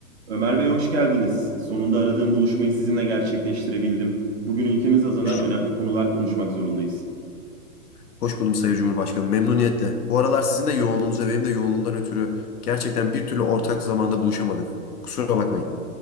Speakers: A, on the right (about 45°); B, on the left (about 75°).
A: Ömer Bey hoş geldiniz. Sonunda aradığım buluşmayı sizinle gerçekleştirebildim. Bugün ülkemiz adına
B: Hoş,
A: önemli konular konuşmak zorundayız.
B: hoş buldum Sayın Cumhurbaşkanım. Memnuniyetle. Bu aralar sizin de yoğunluğunuz ve benim de yoğunluğumdan ötürü gerçekten bir türlü ortak zamanda buluşamadık. Kusura bakmayın.